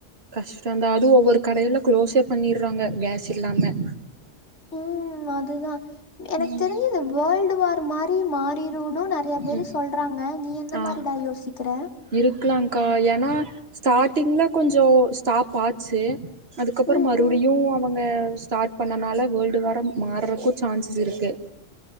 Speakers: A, on the right (about 50°); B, on the left (about 60°).
A: கஷ்டந்தா அது ஒவ்வொருக் கடையிலக் க்ளோஸேப் பண்ணிர்றாங்க கேஸ் இல்லாம
B: ம் அதுதா எனக்
A: ம்
B: தெரிஞ்சி இத வேல்டு வாரு மாரி மாறிருனு நெறையா பேரு
A: ம்
B: சொல்றாங்க நீ எ இந்த
A: ஆ
B: மாரிடா யோசிக்கிறே
A: இருக்கலாங்க்கா எனா ஸ்டார்டிங்ல கொஞ்சோ ஸ்டாப் ஆச்சு அதுக்கப்றோ
B: ம்
A: மறுபுடியு
B: ம்
A: அவங்க ஸ்டார்ட் பண்ணனால வேர்ல்டு வாரம் மார்றக்குத் சான்சஸ் இருக்குது